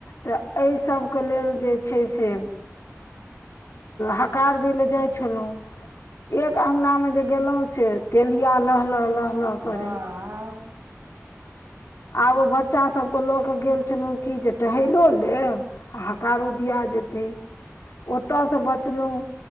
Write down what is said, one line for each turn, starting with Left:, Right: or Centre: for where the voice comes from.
Left: तऽ एहि सबके लेल जे छै से हकार दै लए जाइ छलहुँ एक अंगना मे जे गेलहुं से तेलिया लहल लह लह करै
Right: बाह
Left: आब ओ बच्चा सबके लऽ के गेल छलहुँ की जे टहलो लेब आ हकारो दिया जेथी
Right: <inaudible>
Left: ओतय से
Right: बाप
Left: बचलहुँ
Right: रे